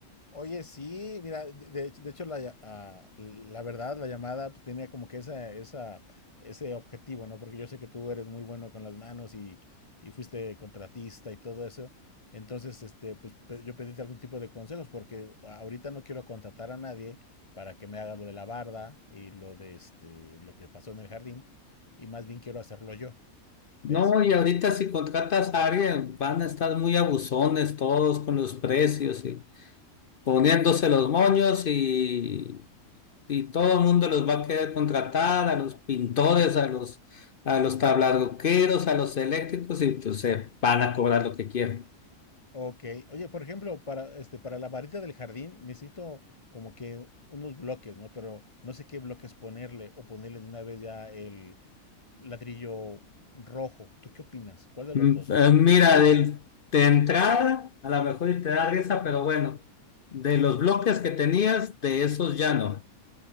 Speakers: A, on the left; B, on the left.
A: Oye, sí, mira, de, de hecho, de hecho la, lla- ah, la verdad, la llamada pues, tenía como que esa, esa, ese objetivo, ¿no? Porque yo sé que tú eres muy bueno con las manos y, y fuiste contratista y todo eso. Entonces, este, pues pe- yo pedíte algún tipo de consejos porque ahorita no quiero contratar a nadie para que me haga lo de la barda y lo de este, lo que pasó en el jardín y más bien quiero hacerlo yo,
B: No,
A: ¿ves?
B: y ahorita si contratas a alguien, van a estar muy abusones todos con los precios y poniéndose los moños y, y todo el mundo los va a querer contratar, a los pintores, a los, a los tablarroqueros, a los eléctricos y pues se van a cobrar lo que quieran.
A: Ok, oye, por ejemplo, para este, para la varita del jardín necesito como que unos bloques, ¿no? Pero no sé qué bloques ponerle o ponerle de una vez ya el ladrillo rojo. ¿Tú qué opinas? ¿Cuál de
B: Mm,
A: los dos?
B: eh, Mira, del- de entrada, a lo mejor y te da risa, pero bueno, de los bloques que tenías, de esos ya no.